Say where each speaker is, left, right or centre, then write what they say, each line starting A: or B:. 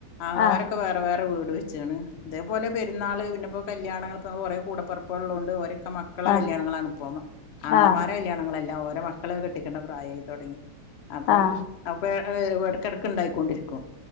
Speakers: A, on the left (about 55°); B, on the left (about 80°).
A: ആങ്ങളമാരൊക്കെ
B: ആഹ്
A: വേറെ വേറെ വീട് വച്ച് ച്ചാണ് ഇതേപോലെ പെരുന്നാള് പിന്നെപ്പോ കല്ല്യാണങ്ങള്പ്പൊ ഞങ്ങള് കൊറേ കൂടപ്പറപ്പുകളുള്ളോണ്ട് ഒരൊക്കെ മ മക്കളെ
B: ആഹ്
A: കല്ല്യാണങ്ങളാണ്പ്പോ മ ആങ്ങളമാരെ
B: ആഹ്
A: കല്ല്യാണങ്ങളല്ല ഓരെ മക്കളൊക്കെ കെട്ടിക്കണ്ടെ പ്രായായി തൊടങ്ങി. അപ്പം
B: ആഹ് ആഹ്
A: <unintelligible> ഇടക്കിടക്ക് ഉണ്ടായിക്കൊണ്ടിരിക്കും